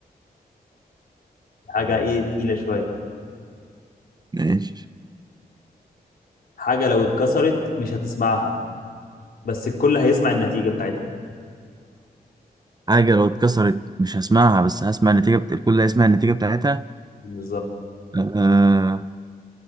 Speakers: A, on the left (about 65°); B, on the right (about 25°).
A: حاجة ايه تقيلة شوية
B: ماشي
A: حاجة لو اتكسرت مش هتسمعها بس الكل هيسمع النتيجة بتاعتها
B: حاجة لو اتكسرت مش هسمعها بس هسمع النتيجة بت... الكل هيسمع النتيجة بتاعتها
A: بالظبط
B: آه